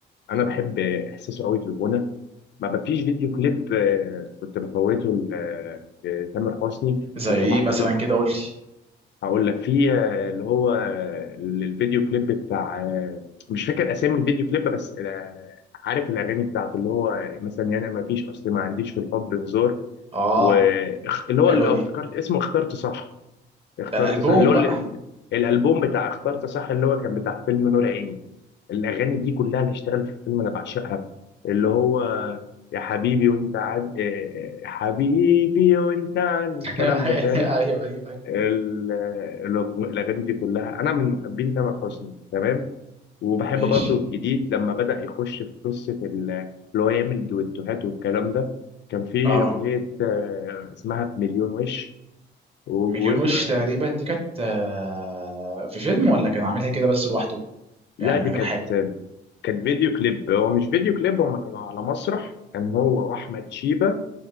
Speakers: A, on the left (about 60°); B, on the right (about 30°).
A: انا بحب آه، احساسه قوي في الغنى ما فيش فيديو كليب آه، كنت بفوته ل- آه، لتامر حسني
B: زي
A: كنت
B: ايه
A: بحضر
B: مثلا
A: له
B: كده قول لي
A: هقول لك في آه، اللي هو آه، الفيديو كليب بتاع آه، مش فاكر اسامي الفيديو كليب بس آه، عارف الاغاني بتاعته اللي هو مثلا يعني ما فيش اصل ما عنديش في الحب هزار
B: اه
A: واللي هو
B: حلوه
A: اللي افتكرت
B: دي
A: اسمه اخترت صح اخترت
B: ده الالبوم
A: صح اللي هو
B: بقى
A: ال- الالبوم بتاع اخترت صح اللي هو كان بتاع فيلم نور عيني الاغاني دي كلها اللي اشتغلت في الفيلم انا بعشقها اللي هو يا حبيبي وانت عن آه، حبيبي وانت عن
B: <laughs>
A: الكلام ده فاهم
B: ايوه ايوه ايوه
A: ال- ال- الأغاني دي كلها أنا من محبين تامر حسني تمام وبحب
B: ماشي
A: برضو الجديد لما بدأ يخش في قصة ال- اللي هو يعمل دويتوهات والكلام ده كان في
B: اه
A: أغنية آه، اسمها بمليون وش و...
B: مليون
A: آه،
B: وش تقريبا دي كانت آه، في فيلم ولا كان عاملها كده بس لوحده
A: لا
B: يعني
A: دي
B: من غير
A: كانت
B: حاجه
A: كانت فيديو كليب هو مش فيديو كليب هما كانوا على مسرح كان هو وأحمد شيبة